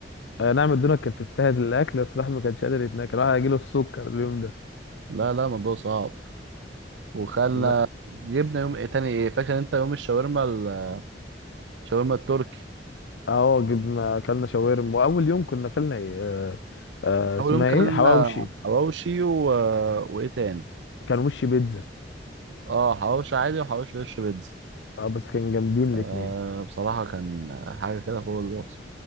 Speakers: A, on the left (about 85°); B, on the right (about 85°).
A: آه، نعم الدنيا كانت تستاهل الاكل بس الواحد ما كانش قادر يتناكل الواحد هيجيله السكر اليوم ده
B: لا لا الموضوع صعب وخلى
A: لا
B: جبنا يوم إيه تاني ايه فاكر انت يوم الشاورما ال- الشاورما التركي
A: اه جب ما اكلنا شاورما واول يوم كنا اكلنا ايه آه آه
B: اول
A: اسمها
B: يوم كلنا
A: ايه حواوشي
B: حواوشي و... وايه تاني
A: كان وش بيتزا
B: اه حواوشي عادي وحواوشي وش بيتزا
A: اه بس كان جامدين الاتنين
B: آه بصراحة كان حاجة كده فوق الوصف